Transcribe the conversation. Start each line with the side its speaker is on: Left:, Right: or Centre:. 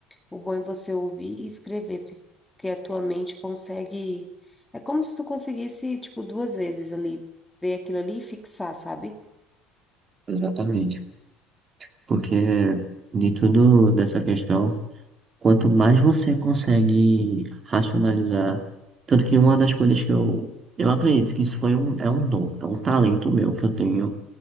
Centre: o bom é você ouvir e escrever, porque porque a tua mente consegue é como se tu conseguisse, tipo, duas vezes ali ver aquilo ali e fixar, sabe?
Right: exatamente. Porque de tudo dessa questão. Quanto mais você consegue racionalizar, tanto que uma das coisas que eu, eu acredito que isso foi um, é um dom, é um talento meu que eu tenho